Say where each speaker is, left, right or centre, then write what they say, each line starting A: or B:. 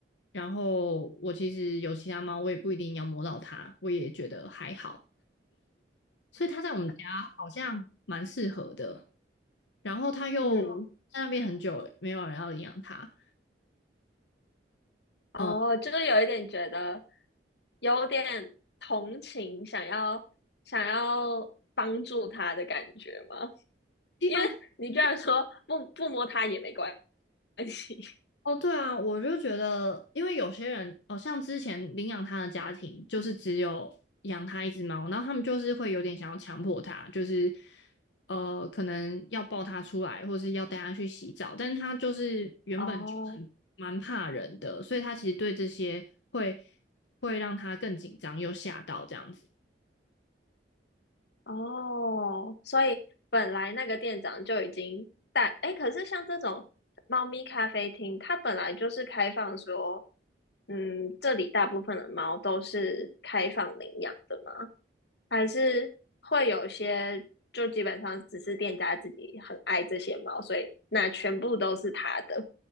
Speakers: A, on the left (about 80°); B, on the left (about 65°).
A: 然后我其实有其他猫，我也不一定要摸到它，我也觉得还好。所以它在我们家好像蛮适合的。然后他又在那边很久，
B: 嗯
A: 没有人要领养他。
B: 哦，
A: 嗯、
B: 就是有一点觉得有点同情，想要想要帮助他的感觉吗？
A: 一方面是
B: 因为你居然说不不摸他也没关系。<laughs>
A: 哦，对啊，我就觉得，因为有些人，哦，像之前领养他的家庭，就是只有养他一只猫，然后他们就是会有点想要强迫他，就是呃，可能要抱他出来，或是要带他去洗澡，但是他就是原本就很蛮怕人的，
B: 哦
A: 所以他其实对这些会会让他更紧张，又吓到这样子。
B: 哦，所以本来那个店长就已经大，哎，可是像这种猫咪咖啡厅，它本来就是开放说，嗯，这里大部分的猫都是开放领养的吗？还是会有些就基本上只是店家自己很爱这些猫，所以那全部都是他的？